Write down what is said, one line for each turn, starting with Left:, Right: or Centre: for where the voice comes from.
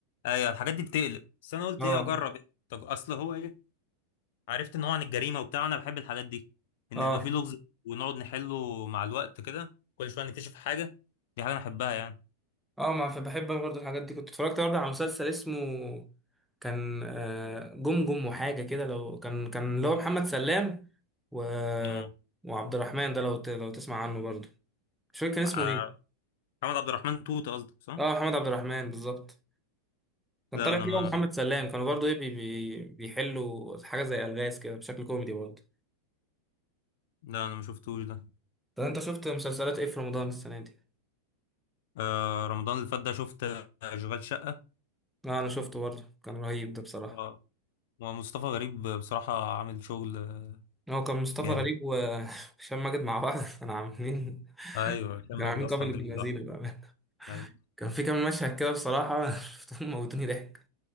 Left: ايوه الحاجات دي بتقلق بس انا قلت
Centre: اه
Left: ايه اجرب إيه؟ طب اصل هو ايه عرفت ان هو عن الجريمه وبتاع انا بحب الحاجات دي ان
Centre: اه
Left: يبقى فيه لغز ونقعد نحله مع الوقت كده كل شويه نكتشف حاجه دي حاجه انا احبها يعني
Centre: اه ما فبحب انا برضه الحاجات دي كنت اتفرجت برضه على مسلسل اسمه كان آه، جمجم وحاجه كده لو كان كان اللي هو محمد سلام و...
Left: اه
Centre: وعبد الرحمن ده لو ت... لو تسمع عنه برضه مش فاكر كان اسمه
Left: آه،
Centre: ايه
Left: محمد عبد الرحمن توت قصدك صح
Centre: اه محمد عبد الرحمن بالظبط كان
Left: لا
Centre: طالع
Left: انا
Centre: فيه
Left: ما
Centre: هو محمد سلام كانوا برضه ايه بي... بي... بيحلوا حاجه زي الغاز كده بشكل كوميدي برضه
Left: لا انا ما شفتوش ده
Centre: طب انت شفت مسلسلات ايه في رمضان السنه دي
Left: آه رمضان اللي فات ده شفت آه، اشغال شقه
Centre: اه انا شفته برضه كان رهيب ده بصراحه
Left: اه ومصطفى غريب بصراحه عامل شغل آه،
Centre: هو كان مصطفى
Left: جامد
Centre: غريب وهشام <laughs> ماجد مع بعض <laughs> كانوا عاملين
Left: ايوه هشام
Centre: كانوا
Left: ماجد
Centre: عاملين
Left: اصلا
Centre: قبل ابن
Left: جامد
Centre: لذينه
Left: لوحده.
Centre: بقى
Left: ايوه
Centre: كان في كام مشهد كده بصراحة <laughs> شفتهم موتوني ضحك